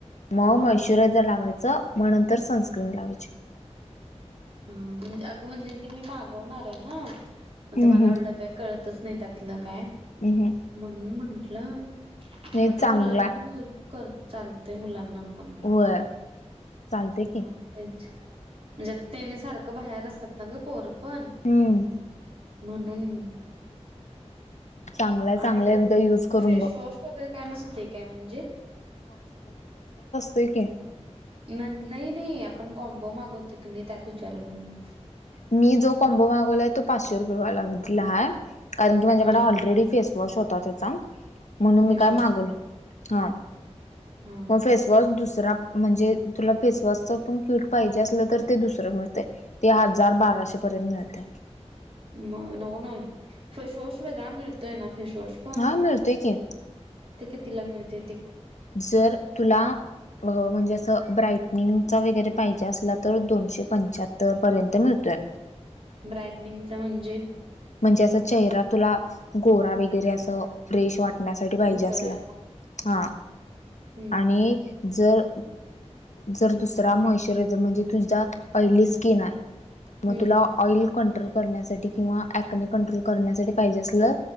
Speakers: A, on the left; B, on the right.
A: मग
B: हा हा
A: मॉस्चरायजर लावायच मग नंतर तर सनस्क्रीन लावायची.
B: हा म्हणजे अगं म्हणजे ते मी मागवणार आहे ना मग
A: हम्म
B: ते मला
A: हम्म
B: एवढं काय कळतच नाही त्यातलं काय
A: हम्म हम्म
B: म्हणून म्हंटलं
A: नाही
B: मग ते
A: चांगला
B: मुलांना पण युज कर चालतेय मुलांना. पण
A: होय चालतेय की
B: तेच म्हणजे आता त्याने सारखं बाहेर असतात ग पोर पण
A: हम्म
B: म्हणून
A: चांगलाय चांगला
B: आणि त्यात
A: एकदा युज करून
B: फेशवॉश
A: बघ
B: वगैरे काय नसतंय काय म्हणजे?
A: असतंय कि
B: नाही नाही आपण कॉम्बो मागवतो की नाही त्यात विचारायला मी?
A: मी जो कॉम्बो मागवलाय तो पाचशे रुपयेला वाला आहे. कारण की माझ्याकडे
B: हा
A: ऑलरेडी फेसवॉश होता त्याचा म्हणून
B: फेशवॉश
A: मी काय मागवलं. हा
B: हा
A: मग फेसवॉश दुसरा सरा म्हणजे तुला फेसवॉश चा पण क्युट पाहिजे असला तरी ते दुसरं मिळतय. हजार बाराशे पर्यंत मिळते.
B: मग नग <inaudible> <unintelligible> नोय फेस वॉश वेगळा मिळतोय. फेशवॉश पण
A: हा मिळतोय की.
B: ते कितीला मिळतो?
A: जर तुला म्हणजे असं ब्राईट निंगचा वगैरे पाहिजे असला तर दोनशे पंच्याहत्तर पर्यंत मिळतोय.
B: ब्रायटनिंगचा म्हणजे
A: म्हणजे अस चेहरा तुला गोरा वगैरे असं फ्रेश वाटतं. वाटण्यासाठी पाहिजे
B: उजळायला
A: असला हा
B: हम्म
A: आणि जर जर दुसरा मॉच्यरायझर म्हणजे तुझा आयली स्किन आहे. मग
B: हम्म
A: तुला ऑइल कंट्रोल करण्यासाठी किंवा ॲकनें कंट्रोल करण्यासाठी पाहिजे असलं?